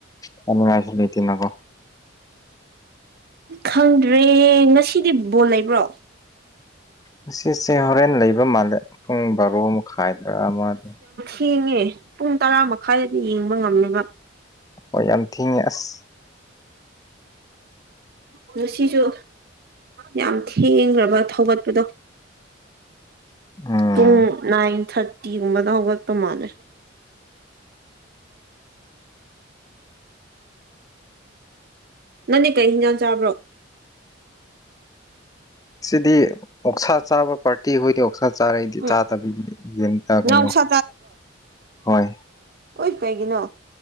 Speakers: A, on the left; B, on the right.
A: ꯀꯉꯥꯏꯁꯇꯅꯀꯣ
B: ꯈꯪꯗ꯭ꯔꯦ ꯉꯁꯤꯗꯤ ꯕꯣꯜ ꯂꯩꯕ꯭ꯔꯣ
A: ꯉꯁꯦ ꯍꯣꯔꯦꯟ ꯂꯩꯕꯦ ꯄꯨꯡ ꯕꯥꯔꯣ ꯃꯈꯥꯏꯗ ꯑꯃꯗ
B: ꯍꯡꯉꯦ ꯄꯨꯡ ꯇꯔꯥ ꯃꯈꯥꯏꯗꯗꯤ ꯌꯦꯡꯕ ꯉꯝꯃꯦꯕ
A: ꯍꯣꯏ ꯌꯥꯝ ꯊꯤꯦ ꯑꯁ
B: ꯂꯅꯨꯡꯁꯤꯁꯨ ꯌꯥꯝ ꯊꯦꯡꯈ꯭ꯔꯕ ꯊꯧꯒꯠꯄꯗꯣ
A: ꯎꯝ
B: ꯇꯨꯡ ꯊꯔꯇꯤꯒꯨꯝ ꯃꯗꯥ ꯍꯧꯒ ꯇ ꯃꯥꯂꯦ ꯅꯪꯅꯤ ꯀꯩ ꯍꯤꯟꯖꯥꯡ ꯆꯥꯕ꯭ꯔꯣ
A: ꯁꯤꯗꯤ ꯑꯣꯛꯁꯥ ꯆꯥꯕ ꯄꯥꯔꯇꯤ ꯍꯣꯏꯗꯤ ꯄꯥꯛꯁꯥ ꯆꯥꯔꯛꯏꯗꯤ
B: ꯎꯝ
A: ꯆꯥꯗꯕꯤ ꯌꯦ ꯀꯩꯅꯣ
B: ꯅꯪ ꯑꯣꯛꯁꯥ
A: ꯍꯣꯏ
B: ꯑꯣꯏꯤꯁꯄꯒꯤ ꯅꯣ